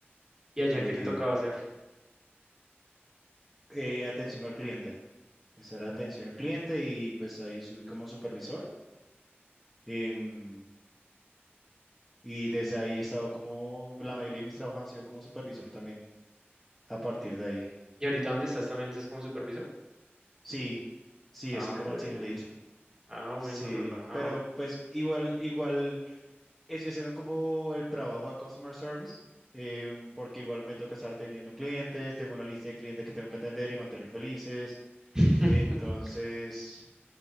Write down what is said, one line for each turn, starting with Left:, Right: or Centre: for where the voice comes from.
Right: ¿Y allá
Centre: em,
Right: qué te tocaba hacer?
Centre: eh, atención al cliente. Esa era atención al cliente y pues ahí subí como supervisor. Em, y desde ahí he estado como, la mayoría de mis trabajos han sido como supervisor también, a partir de ahí.
Right: ¿Y ahorita dónde estás también estás como supervisor?
Centre: Sí, sí,
Right: Ah,
Centre: así como
Right: pero
Centre: team
Right: bien.
Centre: lead.
Right: Ah, bueno,
Centre: Sí,
Right: relajado.
Centre: pero pues igual, igual. Estoy haciendo como el trabajo de customer service, em, porque igual me toca estar atendiendo clientes, tengo una lista de clientes que tengo que atender y mantener felices.
Right: <laughs>
Centre: Entonces,